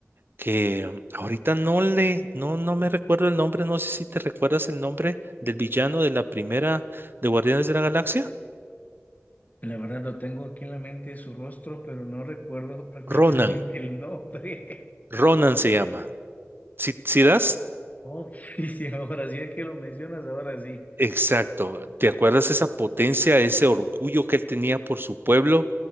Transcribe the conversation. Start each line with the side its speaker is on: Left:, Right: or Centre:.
Right: que um, ahorita no le, no, no me recuerdo el nombre, no sé si te recuerdas el nombre del villano de la primera de Guardianes de la Galaxia.
Left: La verdad lo tengo aquí en la mente su rostro, pero no recuerdo <laughs> prácticamente
Right: Ronan,
Left: el nombre. <laughs>
Right: Ronan se llama. ¿Si, das?
Left: Oh, y si ahora sí es que lo mencionas, ahora sí.
Right: Exacto. ¿Te acuerdas esa potencia, ese orgullo que él tenía por su pueblo